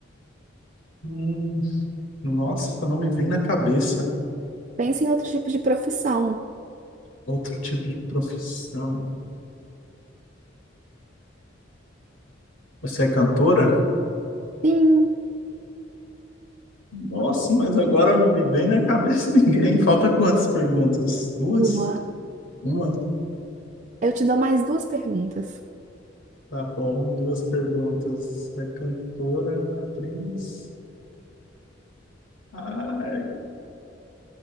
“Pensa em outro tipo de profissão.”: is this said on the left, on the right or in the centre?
Right